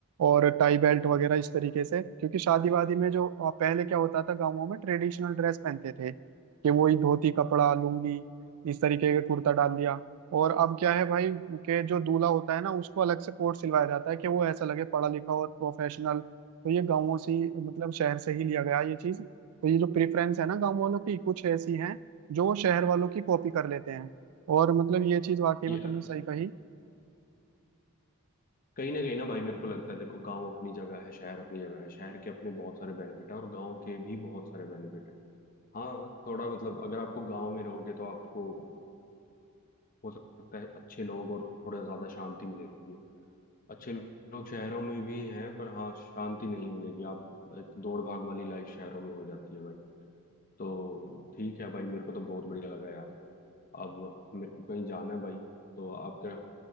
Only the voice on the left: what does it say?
ये
कहीं ना कहीं ना भाई मेरे को लगता है देखो गांव अपनी जगह है शहर अपनी जगह है शहर के अपने बहुत सारे बेनिफिट हैं और गांव के भी बहुत सारे बेनिफिट हैं हाँ थोड़ा मतलब अगर आपको गांव में रहोगे तो आपको हो सकता है अच्छे लोग और थोड़ा ज्यादा शांति मिलेगी अच्छे लोग शहरों में भी हैं पर हाँ शांति नहीं मिलेगी आप एक दौड़ भाग वाली लाइफ शहरों में हो जाती है भाई तो ठीक है भाई मेरे को तो बहुत बढ़िया लगा यार अब मेरे को कहीं जाना है भाई तो आप क्या